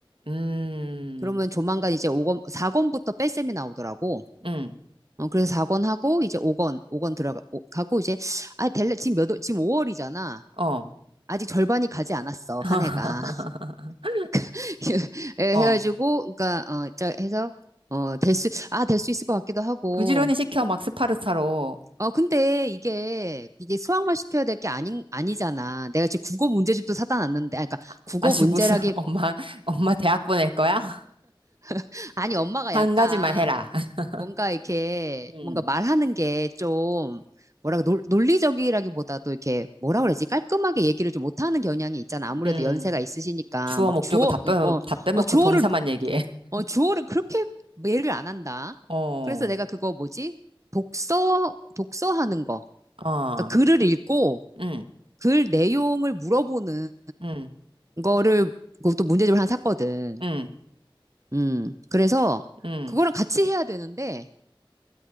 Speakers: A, on the right; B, on the right.
A: 음,
B: 그러면 조만간 이제 오권 4권부터 뺄셈이 나오더라고.
A: 음,
B: 어, 그래서 4권 하고, 이제 5권, 오 권 들어가, 가고, 이제, 아, 될래, 지금 몇, 월- 지금 5월이잖아.
A: 어.
B: 아직 절반이 가지 않았어,
A: <laughs>
B: 한 해가. <laughs> 예,
A: 어,
B: 해가지고, 그러니까, 어, 자, 해서, 어, 될 수, 아, 될 수 있을 것 같기도 하고.
A: 부지런히 시켜, 막 스파르타로.
B: 어, 근데 이게, 이게 수학만 시켜야 될 게 아니, 아니잖아. 내가 지금 국어 문제집도 사다 놨는데, 아, 그러니까
A: 아-
B: 국어
A: 아주
B: 문제라기,
A: 무슨, <laughs> 엄마, 엄마 대학 보낼 거야? <laughs>
B: <laughs> 아니, 엄마가
A: 한
B: 약간,
A: 가지만 해라. <laughs>
B: 뭔가 이렇게
A: 음,
B: 뭔가 말하는 게 좀 뭐라고 논- 논리적이라기보다도 이렇게 뭐라 그러지 깔끔하게 얘기를 좀 못하는 경향이 있잖아. 아무래도
A: 음.
B: 연세가 있으시니까
A: 주어
B: 막
A: 목적어
B: 주어
A: 다 빼,
B: 어,
A: 다 빼먹고
B: 어 주어를
A: 동사만 얘기해. <laughs>
B: 어 주어를 그렇게 매를 안 한다.
A: 어,
B: 그래서 내가 그거 뭐지 독서 독서하는 거
A: 어,
B: 그러니까 글을 읽고
A: 응,
B: 글 내용을 물어보는
A: 응,
B: 거를 그것도 문제집을 하나 샀거든.
A: 응,
B: 음 그래서
A: 응.
B: 그거랑 같이 해야 되는데